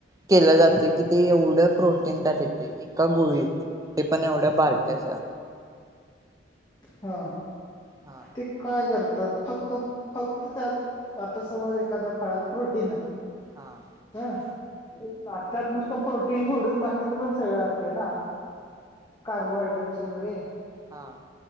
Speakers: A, on the right (about 20°); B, on the left (about 20°).
A: केलं जाते की ते एवढं प्रोटीन त्यात यथे एका गोळीत ते पण एवढ्या बारक्याशा
B: हा
A: हा
B: ते काय करत फक्त फक्त त्यात आता समज एखाद्या फळांत प्रोटीन आहे.
A: हा
B: हं भातात नुसतं प्रोटीन सोडून बाकीचे पण सगळं असते ना. कार्बोहायड्रेटस वगैरे.
A: हा